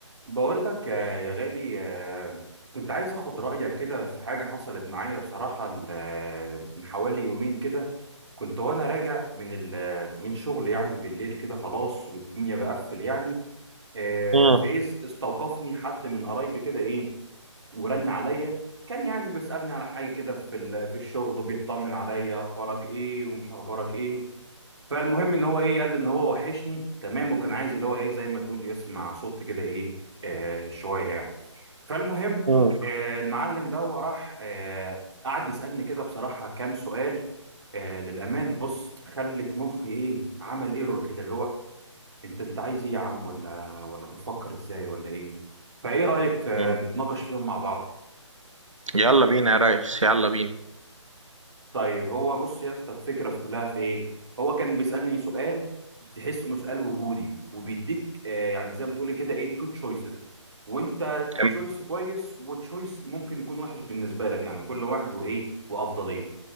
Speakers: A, on the right; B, on the right.
A: بقول لك آه، يا غالي آه، كنت عايز اخد رأيك كده في حاجة حصلت معايا بصراحة ال- آه، من حوالي يومين كده كنت وانا راجع من ال- آه، من شغل يعني بالليل كده خلاص والدنيا بقفل يعني آه،
B: مم.
A: فإذ استوقفني حد من قرايبي كده ايه ورن عليا كان يعني بيسألني على حاجة كده في ال- في الشغل وبيطمن عليا اخبارك ايه ومش اخبارك ايه فالمهم ان هو ايه قال لي ان هو وحشني تمام وكان عايز اللي هو ايه زي ما تقول يسمع صوت كده ايه آه شويه يعني فالمهم
B: مم.
A: آه المعلم ده راح آه قعد يسالني كده بصراحه كام سؤال آه للامانه بص خلت مخي ايه عمل ايرور كده اللي هو انت انت عايز ايه يا عم ولا ولا بتفكر ازاي ولا ايه فايه رايك آه
B: مم.
A: نتناقش فيهم مع بعض
B: يلا بينا يا ريس يلا بينا
A: طيب هو بص يا اسطى الفكره في كلها في ايه هو كان بيسالني سؤال تحس انه سؤال وجودي وبيديك آه يعني زي ما تقولي كده ايه تو تشويسز وانت
B: تم-
A: تشويس كويس وتشويس ممكن يكون وحش بالنسبه لك يعني كل واحد وايه وافضليته